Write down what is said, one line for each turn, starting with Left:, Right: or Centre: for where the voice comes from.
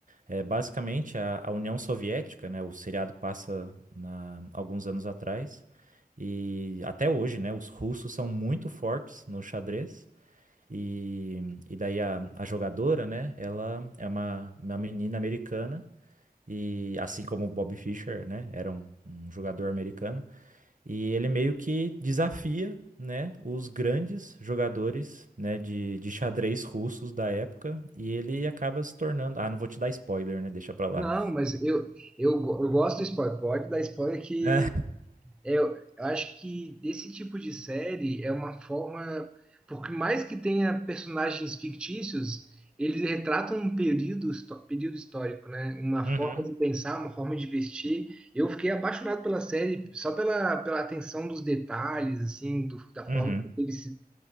Right: É, basicamente, a, a União Soviética, né? O seriado passa na- alguns anos atrás. E até hoje, né? Os russos são muito fortes no xadrez. E, e daí a, a jogadora, né? Ela é uma, uma menina americana. E assim como o Bobby Fischer, né? Era um, um jogador americano. E ele meio que desafia, né? Os grandes jogadores, né? De, de xadrez russos da época. E ele acaba se tornando... Ah, não vou te dar spoiler, né? Deixa pra lá.
Centre: Não, mas eu, eu, go- eu gosto do spoiler. Pode dar spoiler que
Right: É.
Centre: É, Eu, eu acho que esse tipo de série é uma forma, porque mais que tenha personagens fictícios, eles retratam um período, histó- período histórico, né? Uma
Right: Uhum,
Centre: forma de pensar, uma forma de vestir. Eu fiquei apaixonado pela série só pela, pela atenção dos detalhes, assim, do- da
Right: uhum,
Centre: forma que eles, se-